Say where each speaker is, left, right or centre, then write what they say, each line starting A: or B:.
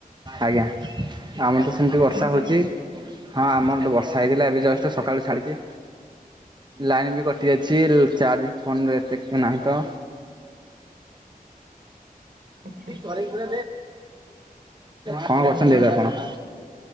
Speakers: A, on the right; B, on the right.
A: ଆଜ୍ଞା ଆମର ତ ସେମିତି
B: ଆପଣଙ୍କ
A: ବର୍ଷା ହଉଚି।
B: ଆଡେ
A: ହଁ ଆମର ତ ବର୍ଷା ହେଇଥିଲା ଏବେ ଜଷ୍ଟ ସକାଳୁ ଛାଡିଛି ଲାଇନ ବି କଟି ଟି ଅଛି ଚାର୍ଜ ବି ଫୋନରେ ଏତେ ନାହିଁ ତ।
B: ଆଚ୍ଛା।
A: କଣ କରୁଛନ୍ତି
B: ଆଉ
A: ଏବେ ଆପଣ?